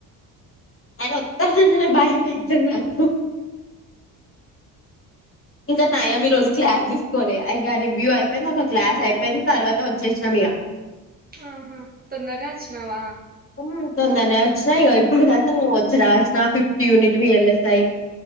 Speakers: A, on the left; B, on the right.
A: ఆయన ఒత్తనే భయం అయితది నాకు ఇంకా నయం ఈ రోజు క్లాస్ తీసుకోలే అయ్యా రివ్యూ అయిపోయింది ఒక క్లాస్ అయిపోయింది తర్వాత వచేసినం ఇగ
B: ఆహా తొందరానే ఒచ్చినవ
A: ఆ తొందనే వచ్చినా ఇగో ఇప్పుడుదాకా నోట్స్ వచ్చి రాసిన ఫిఫ్త్ యూనిట్ విఎల్ఎస్ఐ